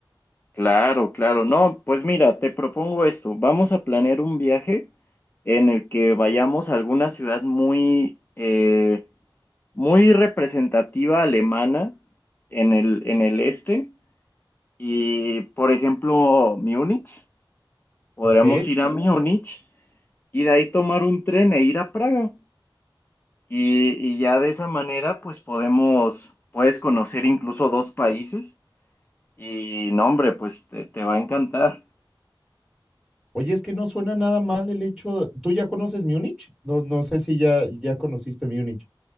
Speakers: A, on the left (about 25°); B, in the centre.
A: claro, claro. No, pues mira, te propongo esto. Vamos a planear un viaje en el que vayamos a alguna ciudad muy, eh, muy representativa alemana en el, en el este. Y, por ejemplo, Múnich. Podríamos
B: ¿Ok?
A: ir a Múnich y de ahí tomar un tren e ir a Praga. Y, y ya de esa manera, pues podemos, puedes conocer incluso dos países y no, hombre, pues te, te va a encantar.
B: Oye, es que no suena nada mal el hecho. ¿Tú ya conoces Múnich? No, no sé si ya, ya conociste Múnich.